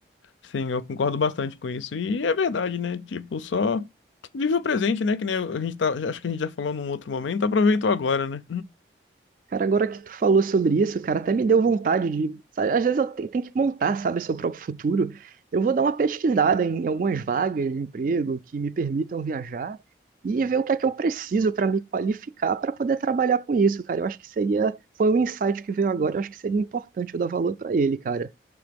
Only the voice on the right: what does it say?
Cara, agora que tu falou sobre isso, cara, até me deu vontade de. sabe, às vezes eu te- tenho que montar, sabe, seu próprio futuro. Eu vou dar uma pesquisada em algumas vagas de emprego que me permitam viajar e ver o que é que eu preciso para me qualificar para poder trabalhar com isso, cara. Eu acho que seria. Foi um insight que veio agora, eu acho que seria importante eu dar valor para ele, cara.